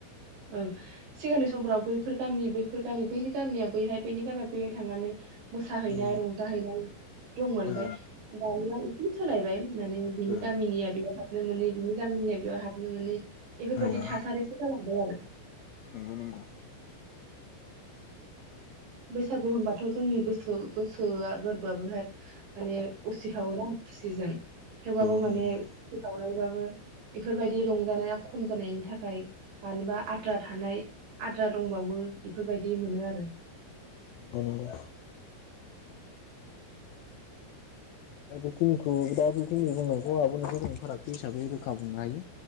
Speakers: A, on the right; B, on the left.
A: ओं सिगांनि समफ्राव बैफोर गामि बैफोर गामि बैनि गामिया बैहाय बैनि गामिया बैहाय थांनानै मोसाहैनाय
B: औ
A: रंजाहैनाय दंमोन
B: औ
A: ओमफ्राय दानिया एसे सोलायबाय फैनानै बिनि
B: औ
A: गामिनिया बियाव हाबफै हाबनो मोनै बिनि गामिनिया बेयाव हाबनो मोनै बेफोरबायदि
B: औ
A: थासारिसो जालां-
B: नंगौ नंगौ
A: बैसागु होनबाथ जोंनि गोसो गोसोआ
B: औ
A: गोरबोआबो हाय माने उसिफावोना खुसिजों थेवबाबो
B: औ
A: माने
B: नंगौ
A: मायबाबो बेफोरबायदि रंजानाया खम जानायनि थाखाय मानोबा आद्रा थानाय आद्रा दंबावो बेफोरबायदि मोनो आरो
B: औ नंगौ दा बेखिनिखौ दा बेखिनि बुंनायखौ आंहाबो नखर फारागथि हिसाबै रोखा बुंनो हायो